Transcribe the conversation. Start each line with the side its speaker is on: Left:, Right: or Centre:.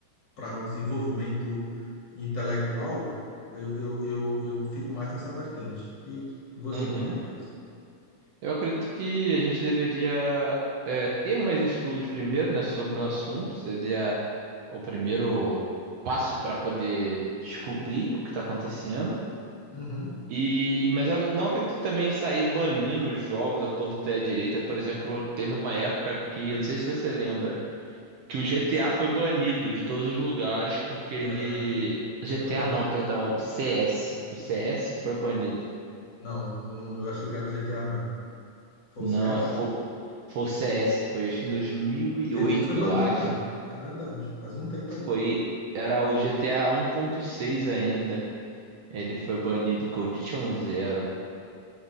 Left: para o desenvolvimento intelectual, eu, eu, eu, eu fico mais nessa vertente. e você,
Right: uhum.
Left: o que é que pensa?
Right: Eu acredito que a gente deveria é, ter mais estudos primeiro, né, sobre o assunto. Seria o primeiro passo para poder descobrir o que está acontecendo.
Left: Uhum.
Right: E, mas eu não acredito que também sair banindo os jogos à torta e à direita. Por exemplo, teve uma época que, não sei se você lembra, que o GTA foi banido de todos os lugares porque
Left: Lembro,
Right: ele... GTA
Left: eu lembro.
Right: não, perdão, CS. O CS foi banido.
Left: Não, eu não, eu achei que era o G T A mesmo. Foi
Right: Não,
Left: o C S
Right: é- foi, foi o CS, foi acho que em dois mil e
Left: Teve
Right: oito,
Left: um que foi banido
Right: eu acho.
Left: mesmo. É verdade. Faz um tempo aí.
Right: Foi, era o GTA seis ainda. Ele foi banido com Zero.